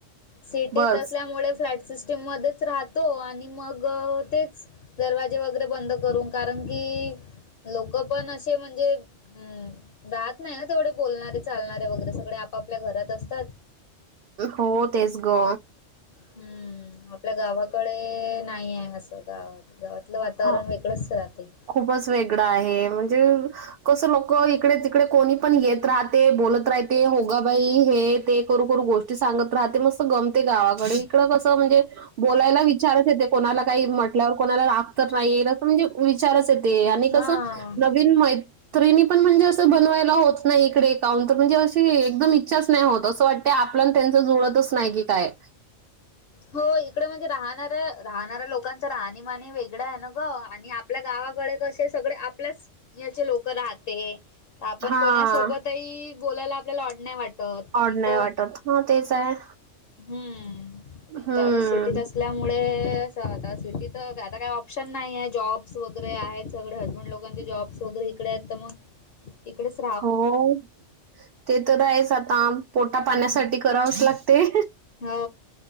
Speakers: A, on the left (about 55°); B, on the right (about 60°).
A: सिटीत
B: बस.
A: असल्यामुळे फ्लॅट सिस्टीम मध्येच राहतो आणि मग तेच दरवाजे वगैरे बंद करू कारण की, लोक पण असे म्हणजे हम राहत नाही ना तेवढे बोलणारे, चालणारे वगैरे सगळे आपापल्या घरात असतात.
B: हो तेच ग
A: हम आपल्या गावाकडे नाही आहे असं गावात गावातलं वातावरण
B: अ
A: वेग <unintelligible>
B: खूपच वेगड आहे म्हणजे कसं लोक इकडे तिकडे कोणी पण येत राहते. बोलत राहते. होगा बाई हे ते करू करू गोष्ट सांगत राहते म गंमती गावाकडे इ कस म्हणजे बोलायला विचारच येते. कोणाला काही म्हटल्यावर कोणाला रागतर नाही येणा असं म्हणजे विचारच येत. ते आणि
A: हा.
B: कसं नवीन मै त्रीणी पण म्हणजे असं बनवायला होत नाही इकडे काउन तर म्हणजे अशी एकदम इच्छाच नाही होत असं वाट ते आपल आणि त्यांच जुळतच नाही की काय?
A: हो इकडे म्हणजे राहणाऱ्या राहणाऱ्या लोकांच राहणीमान ही वेगळ आहे ना ग आणि आपल्या गावाकड कसे? सगळे आपल्याच याचे लोक राहते. त आपण
B: हां.
A: कोणासोबतही बोलायला आपल्याला ऑड नाहीय वाट प-पण
B: ऑड
A: इथ
B: नाही वाटत. हां, तेच आहे.
A: हं इथ
B: हं.
A: आता सिटीत अस त्यामुळे आता सिटीत आता काही ऑप्शन नाहीे जॉब्स वगैरे आहेत सगळे हजबंड लोक ज्यांचे जॉब्स वगैरे इकडे आहेत मग इकडे स
B: होय ते तर आहेच आता पोटापाण्यासाठी
A: हम्म
B: करावंच लागते.
A: हो